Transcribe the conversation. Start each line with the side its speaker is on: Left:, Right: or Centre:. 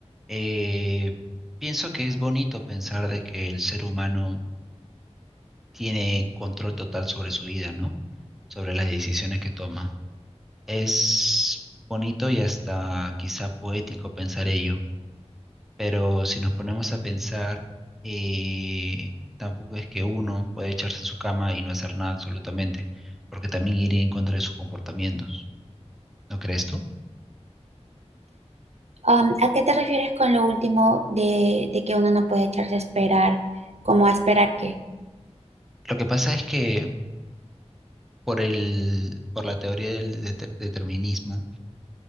Centre: Eh, pienso que es bonito pensar de que el ser humano tiene control total sobre su vida, ¿no? Sobre las decisiones que toma. Es bonito y hasta quizá poético pensar ello pero si nos ponemos a pensar, eh, tampoco es que uno puede echarse en su cama y no hacer nada absolutamente, porque también iría en contra de sus comportamientos. ¿No crees tú?
Right: Am, ¿a qué te refieres con lo último de, de que uno no puede echarse a esperar? ¿Cómo a esperar qué?
Centre: Lo que pasa es que por el, por la teoría del deter- determinismo,